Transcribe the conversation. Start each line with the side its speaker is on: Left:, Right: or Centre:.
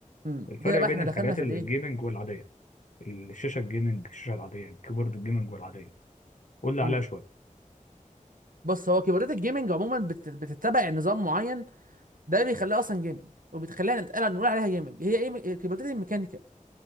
Right: امم
Left: الفرق
Right: كده بقى
Left: بين
Right: احنا
Left: الحاجات
Right: دخلنا في
Left: الجيمنج
Right: الايه
Left: والعاديه الشاشه الجيمنج الشاشه العاديه الكيبورد الجيمنج والعاديه قول لي
Right: امم
Left: عليها شويه
Right: بص هو كيبوردات الجيمنج عموما بت... بتتبع نظام معين ده بيخليها اصلا جيمنج وبتخلينا نتقال نقول عليها جيمنج هي ايه م- كيبوردات الميكانيكال